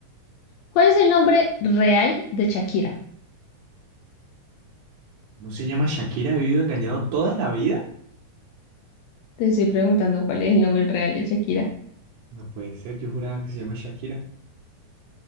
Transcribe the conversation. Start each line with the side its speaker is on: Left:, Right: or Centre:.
Left: ¿Cuál es el nombre real de Shakira?
Right: ¿No se llama Shakira? ¿Ha vivido engañado toda la vida?
Left: Te estoy preguntando cuál es el nombre real de Shakira.
Right: No puede ser, yo juraba que se llama Shakira.